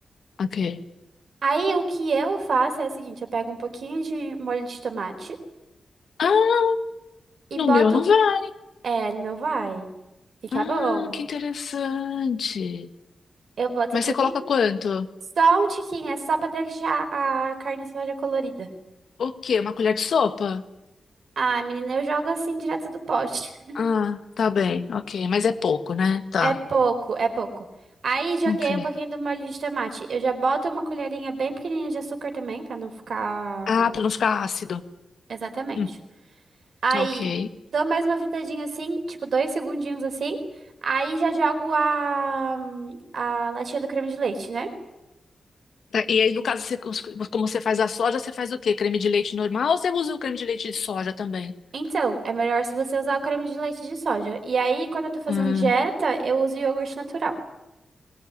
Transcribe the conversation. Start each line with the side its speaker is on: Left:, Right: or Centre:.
Left: ok.
Right: Aí, o que eu faço é o seguinte: eu pego um pouquinho de molho de tomate
Left: Ah,
Right: e
Left: no
Right: boto
Left: meu não vai.
Right: É, no meu vai. Fica
Left: Ah,
Right: bom.
Left: que interessante.
Right: Eu boto
Left: Mas
Right: um pouquinho.
Left: você coloca quanto?
Right: Só um tiquinho, é só pra deixar a carne soja colorida.
Left: O quê? Uma colher de sopa?
Right: Ah, menina, eu jogo assim direto do pote. <laughs>
Left: Ah, tá bem, ok. Mas é pouco, né? Tá,
Right: É pouco, é pouco. Aí joguei
Left: ok.
Right: um pouquinho do molho de tomate. Eu já boto uma colherinha bem pequenininha de açúcar também, pra não ficar
Left: Ah, pra não ficar ácido.
Right: exatamente.
Left: Hum,
Right: Aí
Left: ok.
Right: dou mais uma fritadinha assim, tipo dois segundinhos assim. Aí já jogo a, a latinha do creme de leite, né?
Left: Tá, E aí, no caso, você- como você faz a soja, você faz o quê? Creme de leite normal ou você usa o creme de leite de soja também?
Right: Então, é melhor se você usar o creme de leite de soja. E aí, quando eu tô fazendo
Left: Hum,
Right: dieta, eu uso iogurte natural.